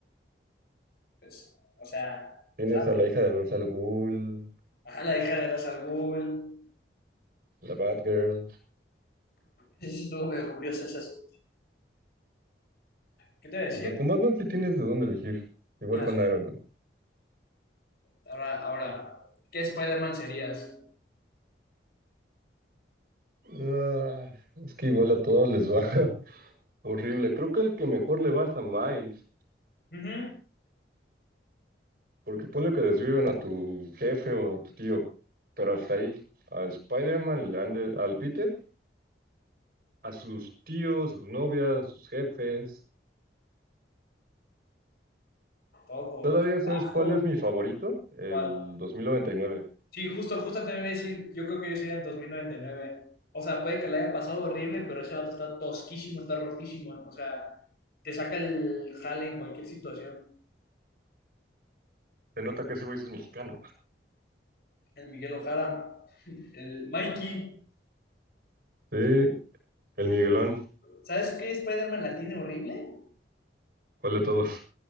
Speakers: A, on the left; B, on the right.
A: pues, o sea,
B: Tienes
A: ¿sabes?
B: a la hija del Ra's al Ghul,
A: Ajá, la hija de Ra's al Ghul.
B: la Batgirl.
A: Sí, sí, estuvo medio curioso ese asunto. ¿Qué te voy a decir?
B: O sea, con Batman sí tienes de dónde elegir. Igual
A: Ah,
B: con
A: sí.
B: Iron Man.
A: Ahora, ahora, ¿qué Spider-Man serías?
B: Ah, es que igual a todos les va <laughs> horrible. Creo que el que mejor le va es a Miles.
A: Ujú.
B: Porque ponle que desviven a tu jefe o a tu tío. Pero hasta ahí. A Spider-Man, le han de- al Peter, a sus tíos, sus novias, sus jefes.
A: Todo.
B: Todavía sabes
A: Trabajo.
B: cuál es mi favorito? El
A: ¿Cuál?
B: 2099.
A: Sí, justo, justo te iba a decir, yo creo que yo sería el 2099. O sea, puede que le haya pasado horrible, pero ese vato está tosquísimo, está rotísimo. O sea, te saca el jale en cualquier situación.
B: Se nota que ese güey sí es mexicano.
A: El Miguel Ojara, el Mikey.
B: Sí, el Miguelón.
A: ¿Sabes qué Spider-Man la tiene horrible?
B: ¿Cuál de todos?